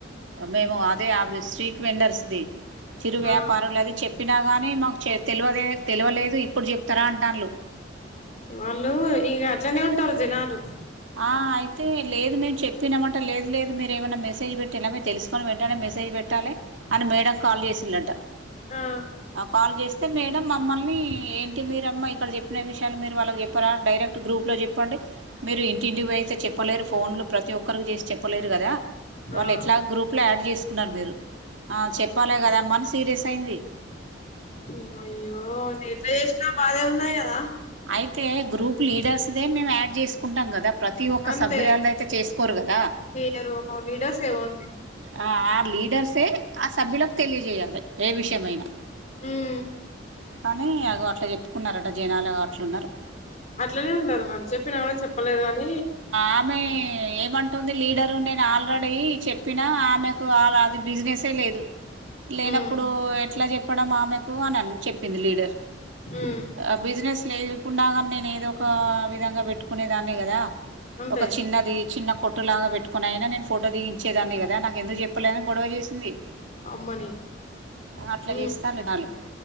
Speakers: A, on the right; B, on the left.
A: మేము అదే అవి స్ట్రీట్ వెండర్స్ ది చిరు వ్యాపారులది
B: ఆ
A: చెప్పినా గాని మాకు చె తెలువదే తెలవలేదు ఇప్పుడు చెప్తరా అంటాన్లు
B: వాళ్లూ ఇగ అట్లనే ఉంటరు జనాలు
A: ఆ అయితే లేదు మేము చెప్పినమంటె లేదు లేదు మీరేమన్న మెసేజ్ పెట్ ట్టిన్న మీరు తెలుసుకొని వెంటనే మెసేజ్ పెట్టాలి అని మేడం కాల్ చేసిల్లంట
B: ఆ
A: కాల్ జేస్తే మేడం మమ్మల్ని ఏంటి మీరమ్మ ఇక్కడ చెప్పిన విషయాలు మీరు వాళ్ళకి చెప్ ప్తరా డైరెక్ట్ గ్రూప్లో చెప్పండి మీరు ఇంటింటికి ఇట్ల చెప్పలేరు ఫోన్లు ప్రతి ఒక్ ఒక్కరికి చేసి చెప్పలేరు గదా వాళ్ళు
B: ఆ
A: ఎట్లాగొ గ్రూప్ల యాడ్ చేసుకున్నరు మీరు ఆ చెప్పాలె గదమ్మ అని సీరియస్ అయింది
B: ఏమయ్యో ఎట్ల చేసినా బాధే ఉన్నది కదా
A: అయితే గ్రూప్ లీడర్స్ దే మేము యాడ్ జేసుకుంటాం కదా ప్రతి ఒక్క
B: అంతే
A: సభ్యురాల్లయితే చేసుకోరు గదా
B: చెయ్యరు లీడర్స్ ఏ ఓన్లీ
A: ఆ ఆ లీడర్సే ఆ సభ్యులకు తెలియజేయాలి ఏ విషయమైనా
B: ఉమ్
A: కనీ అగొ అట్లా చెప్పుకున్నరట జనాలు అగో అట్లున్నరు
B: అట్లనే ఉంటరు మరి చెప్పినా గూడ చెప్పలేదు అని
A: ఆమె ఏ ఏమంటుంది లీడరు నేను ఆల్రెడీ చెప్పినా ఆమె కు ఆల అది బిజినెసే లేదు లేనప్పుడూ
B: ఉమ్
A: ఎట్ల చెప్పడం ఆమెకు అని అని చెప్పింది లీడర్
B: ఉమ్
A: ఆ బిజినెస్ లేకున్నా గానీ నేను ఏదో ఒక విధంగా పెట్టుకునేదాన్ని కదా
B: అంతే
A: ఒక చిన్నది చిన్న కొట్టు లాగ పెట్టుకొని అయినా నేను ఫోటో దిగి ఇచేదాన్ని కదా నాకు ఎందుకు చెప్పలేదని గొడవ చేసింది
B: అమ్మనీ
A: అట్లా
B: ఉమ్
A: చేస్తాను జనాలు